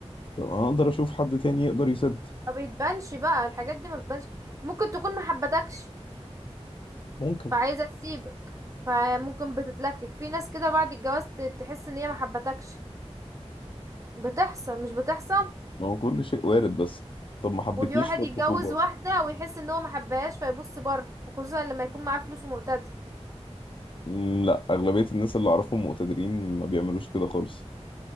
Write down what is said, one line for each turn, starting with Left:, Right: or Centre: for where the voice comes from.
Left: طب انا اقدر اشوف حد تاني يقدر يسد
Right: ما بتبانش بقى الحاجات دي ما بتبانش ممكن تكون ما حبتكش
Left: ممكن
Right: فعايزة تسيبك فممكن بتتلكك في ناس كده بعد الجواز ت- تحس ان هي ما حبتكش بتحصل مش بتحصل
Left: ما هو كل شيء وارد بس طب ما حبتنيش
Right: وفي واحد
Left: في الخطوبة
Right: يتجوز واحدة ويحس ان هو ما حبهاش فيبص بره وخصوصا لما يكون معاه فلوس ومقتدر
Left: مم، لا اغلبية الناس اللي اعرفهم مقتدرين ما بيعملوش كده خالص